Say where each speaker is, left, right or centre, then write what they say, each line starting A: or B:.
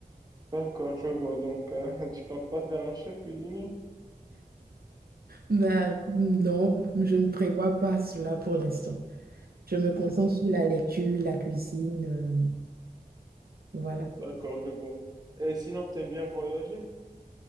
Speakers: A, on the right; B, on the right.
A: D'accord, je vois. Donc, euh, <laughs> tu comptes pas faire un chef cuisinier?
B: Ben, non, je ne prévois pas cela pour l'instant. Je me concentre sur la lecture, la cuisine, euh, voilà.
A: D'accord, je vois. Et sinon, t'aimes bien voyager?